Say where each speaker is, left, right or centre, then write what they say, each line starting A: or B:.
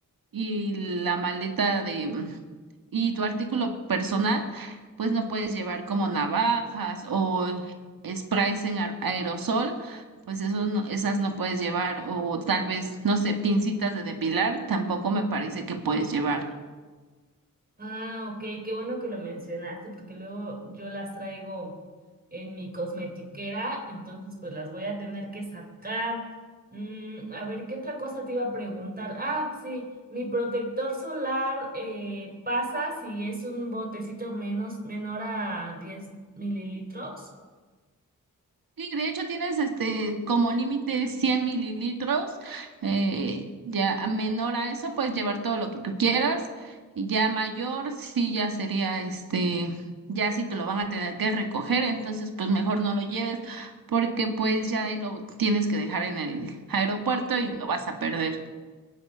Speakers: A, on the right (about 85°); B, on the right (about 25°).
A: y la maleta de mm, y tu artículo personal, pues no puedes llevar como navajas o sprays en aer- aerosol, pues eso no- esas no puedes llevar o tal vez, no sé, pincitas de depilar, tampoco me parece que puedes llevar.
B: Ah, ok, qué bueno que lo mencionaste porque luego yo las traigo en mi cosmetiquera, entonces pues las voy a tener que sacar. Mm, a ver, ¿qué otra cosa te iba a preguntar? Ah, sí, mi protector solar eh, pasa si es un botecito menos, menor a 10 mililitros.
A: Sí, de hecho tienes este como límite 100 mililitros, eh, ya a menor a eso puedes llevar todo lo que tú quieras y ya mayor sí ya sería este, ya sí te lo van a tener que recoger, entonces pues mejor no lo lleves porque pues ya ahí lo tienes que dejar en el aeropuerto y lo vas a perder.